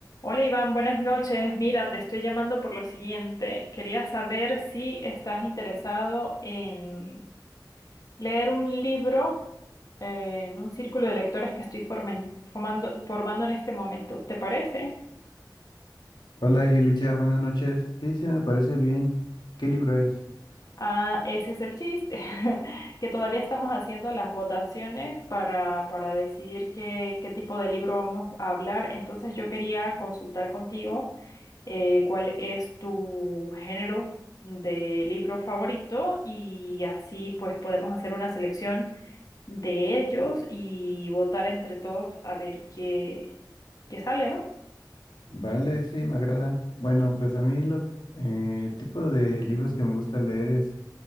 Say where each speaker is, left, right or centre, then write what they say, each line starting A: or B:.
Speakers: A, on the left; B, on the left.
A: Hola Iván, buenas noches. Mira, te estoy llamando por lo siguiente. Quería saber si estás interesado en leer un libro eh, en un círculo de lectores que estoy formen- formando, formando en este momento. ¿Te parece?
B: Hola Yelicha, buenas noches. Sí, sí, me parece bien. ¿Qué libro es?
A: Ah, ese es el chiste, <laughs> que todavía estamos haciendo las votaciones para, para decidir qué, qué tipo de libro vamos a hablar. Entonces yo quería consultar contigo eh, cuál es tu género de libro favorito y así pues podemos hacer una selección de ellos y votar entre todos a ver qué, qué sale, ¿no?
B: Vale, sí, me agrada. Bueno, pues a mí lo eh, tipo de libros que me gusta leer es,